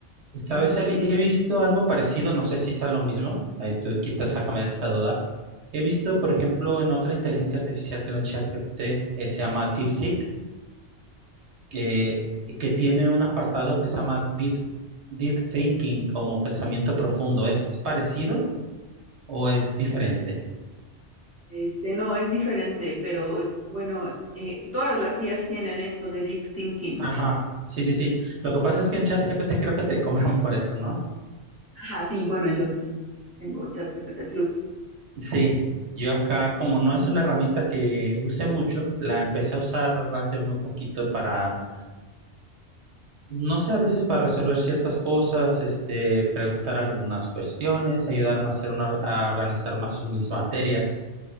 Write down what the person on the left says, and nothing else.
Entonces,
Este, no, es diferente, pero bueno, eh, todas las IAs tienen esto de deep thinking.
Ajá, sí, bueno, yo sí tengo ChatGPT Plus.